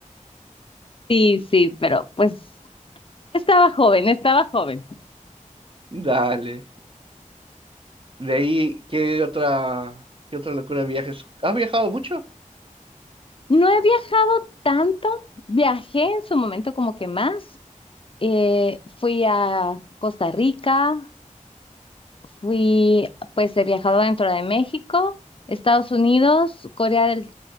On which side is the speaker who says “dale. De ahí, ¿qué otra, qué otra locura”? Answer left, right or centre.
Right